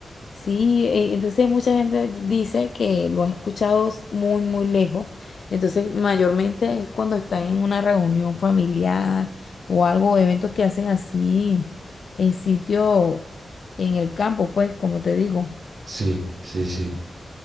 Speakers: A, on the left (about 60°); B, on the right (about 45°).
A: Sí, eh, entonces mucha gente dice que lo ha escuchado s- muy, muy lejos. Entonces, mayormente es cuando están en una reunión familiar o algo, eventos que hacen así en sitio, en el campo, pues, como te digo.
B: Sí, sí, sí.